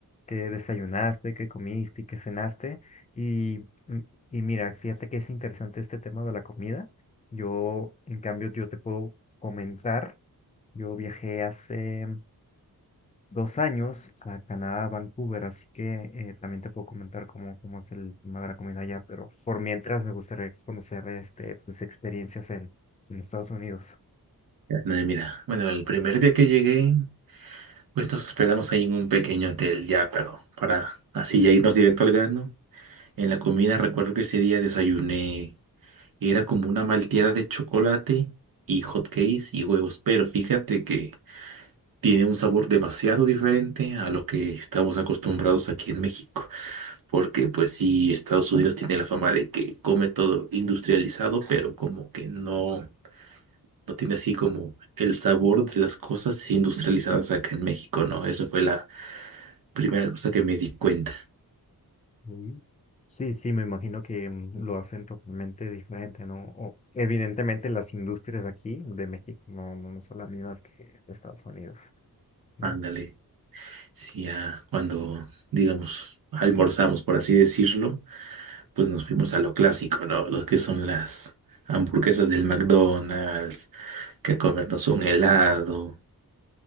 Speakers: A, on the left (about 20°); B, on the right (about 65°).
A: qué desayunaste, qué comiste y qué cenaste? Y, mm, y mira, fíjate que es interesante este tema de la comida. Yo, en cambio, yo te puedo comentar, yo viajé hace dos años a Canadá, a Vancouver, así que eh, también te puedo comentar cómo, cómo es el tema de la comida allá, pero por mientras me gustaría conocer este, tus experiencias en, en Estados Unidos.
B: Ya. No, y mira, bueno, el primer día que llegué, pues nos hospedamos ahí en un pequeño hotel ya, pero para así ya irnos directo al grano. En la comida recuerdo que ese día desayuné, era como una malteada de chocolate y hot cakes y huevos, pero fíjate que tiene un sabor demasiado diferente a lo que estamos acostumbrados aquí en México, porque pues sí, Estados Unidos tiene la fama de que come todo industrializado, pero como que no, no tiene así como el sabor de las cosas industrializadas acá en México, ¿no? Eso fue la primera cosa que me di cuenta.
A: Ujú. Sí, sí, me imagino que mm, lo hacen totalmente diferente, ¿no? O, evidentemente las industrias de aquí, de México, no, no no son las mismas que de Estados Unidos, ¿no?
B: Ándale, sí, ya cuando, digamos, almorzamos, por así decirlo, pues nos fuimos a lo clásico, ¿no? Los que son las hamburguesas del McDonald's que comernos un helado.